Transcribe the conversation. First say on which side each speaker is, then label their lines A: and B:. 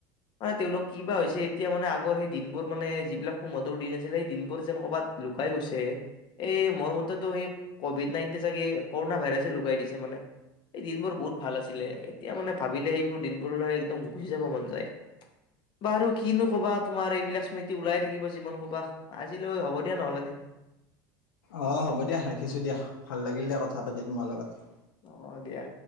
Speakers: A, on the left (about 45°); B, on the left (about 80°).
A: মানে তেওঁলোক কি বা হৈছে এতিয়া মানে আগৰ সেই দিনবোৰ মানে যিবিলাক সুমধুৰ দিন আছিল সেই দিনবোৰ যেন ক'বাত লুকাই গৈছে, এই মোৰ মতেতো সেই কভিড নাইনটিন চাগে কৰোণনা ভাইৰাছে লুকাই দিছে মানে। এই দিনবোৰ বহুত ভাল আছিলে এতিয়া মানে ভাবিলে সেইবোৰ দিনবোৰলৈ একদম গুচি যাব মন যায়, বাৰু কিনো কবা তোমাৰ এইবিলাক স্মৃতি ওলাই থাকিব যিমান কবা, আজিলৈ হ'ব দিয়া নহলে।
B: অ হ'ব দিয়া ৰাখিছো দিয়া, ভাল লাগিল দিয়া কথা পাতি তোমাৰ লগত।
A: অ দিয়া।